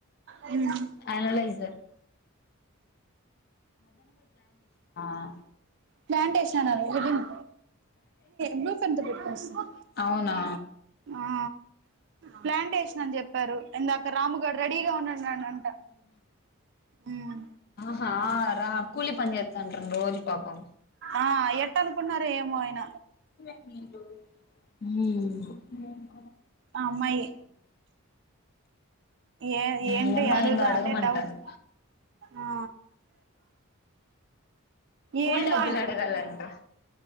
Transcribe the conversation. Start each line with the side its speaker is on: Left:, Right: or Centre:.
Right: ఉమ్
Left: అనలైజర్ ఆ
Right: ప్లాంటేషన్ హెడింగ్ బ్లూ పెన్ తో పెట్టుకొస్తా
Left: అవునా
Right: ఆ ప్లాంటేషన్ అని చెప్ చెప్పారు ఇందాక రాముగాడు రెడీగా ఉన్నాడున్న అంట ఉ
Left: హ రా కూలి పని చేస్తాండరంట్ర రోజు పాపం
Right: ఆ ఎట్ అనుకున్నార ఏమో ఆయన
Left: ఉమ్మ్
Right: ఆ అమ్మాయే ఏ ఏంటి
Left: ఈ అమ్మాయి
Right: అడుగుదాం
Left: ఏందో అడగమంటాంది
Right: అంటే డౌట్ ఆ
Left: కూలి
Right: ఏందో
Left: డబ్బులు అడగాలంట